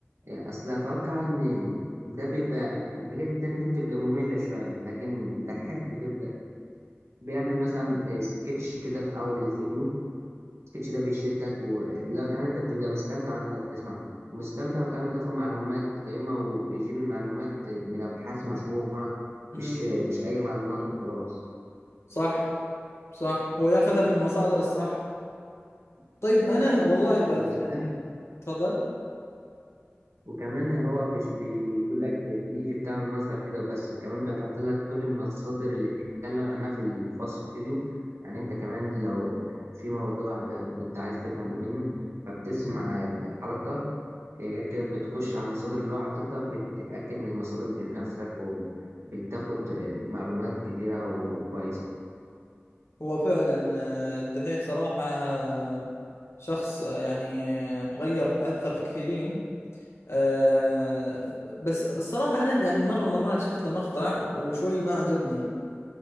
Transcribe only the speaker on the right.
اصل اتوقع ان ده بيبقى الحاجات التانية دي بتبقى مملة شوية لكن ده حب بتبقى بيعمل مثلا سكتش كده في اول الفيديو السكتش ده بيشدك ولا كمان انت بتبقى مستمتع وانت بتسمع مستمتع وكمان بتاخد معلومات قيمة وبيجيب المعلومات من ابحاث مشهورة مش
مش اي معلومات وخلاص
وكمان
وكمان هو مش بيقول لك دي بتعمل مصدر كده بس كمان بيحط لك كل المصادر اللي اتكلم عنها في الفصل الفيديو يعني انت كمان لو في موضوع كنت عايز تفهم منه فبتسمع الحلقة غير كده بتخش على المصادر اللي هو حاططها بتتأكد من المصادر بنفسك وبتاخد معلومات كتيرة وكويسة